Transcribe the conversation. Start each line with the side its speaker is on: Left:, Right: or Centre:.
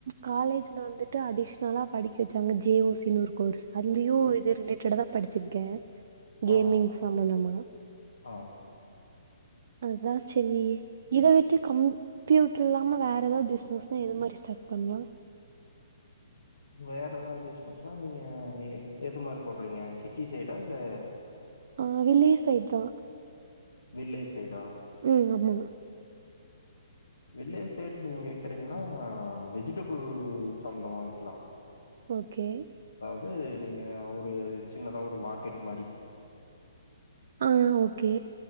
Right: காலேஜ்ல வந்துட்டு அடிஷ்னலா படிக் வச்சாங்க ஜேஓசின்னு ஒரு கோர்ஸ் அதுலயு இது ரிலேட்டடா தா படிச்சிருக்கே
Left: ஆ,
Right: கேமிங் சம்மந்தமா
Left: ஆ.
Right: அதா செரி இத விட்டு தி கமு கம்ப்யூட்டர் இல்லாம வேற எதாவ்து பிஸ்னஸ்னா எது மாரி ஸ்டாட் பண்லா
Left: வேற எதாவ்து பிஸ்னஸ்னா நீங்க எது மாதுரி சொல்றீங்க சிட்டி சைடா இல்ல
Right: அ வில்லேஜ் சைட் தா
Left: வில்லேஜ் சைடா?
Right: ம் ஆமா
Left: வில்லேஜ் சைடு நீங்க வக்கறீங்கனா வெஜிடபுள் சம்மந்தமா வக்லா
Right: ஓகே
Left: து நீங்க ஒரு சின்னதா ஒரு மார்க்கெட் மாரி
Right: அ ஓகே